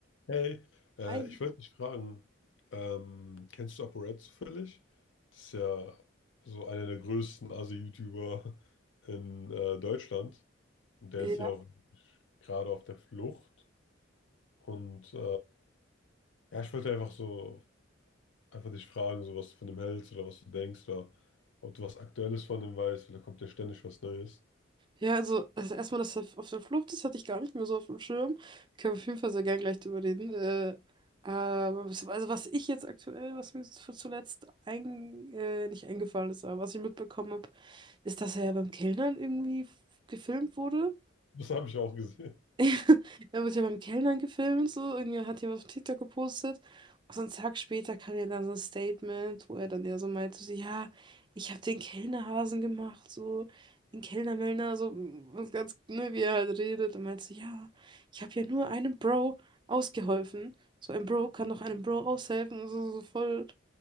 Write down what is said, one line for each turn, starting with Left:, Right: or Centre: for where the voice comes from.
Left: Hey, äh,
Right: Ei.
Left: ich wollte dich fragen, ähm, kennst du ApoRed zufällig? Das ist ja so einer der größten Asi-YouTuber in äh, Deutschland. Und der
Right: Ja,
Left: ist ja auch gerade auf der Flucht. Und äh, ja, ich wollte einfach so, einfach dich fragen, so was du von dem hältst oder was du denkst oder ob du was Aktuelles von dem weißt, weil da kommt ja ständig was Neues.
Right: ja also, also erstmal, dass er auf der Flucht ist, hatte ich gar nicht mehr so auf dem Schirm. Können wir auf jeden Fall sehr gern gleich drüber reden. Äh, aber was- also was ich jetzt aktuell, was mir zu- zuletzt ein, äh, nicht eingefallen ist, aber was ich mitbekommen habe, ist, dass er ja beim Kellnern irgendwie f- gefilmt wurde.
Left: Das habe ich auch gesehen. <laughs>
Right: <laughs> Er wird ja beim Kellnern gefilmt, so. Irgendwie hat jemand auf TikTok gepostet. Und so einen Tag später kam ja dann so ein Statement, wo er dann ja so meinte, so, ja, ich habe den Kellnerhasen gemacht, so. Den Kellnermellner, so was ganz, ne, wie er halt redet. Und meinte so, ja, ich habe ja nur einem Bro ausgeholfen. So ein Bro kann doch einem Bro aushelfen. So, so so voll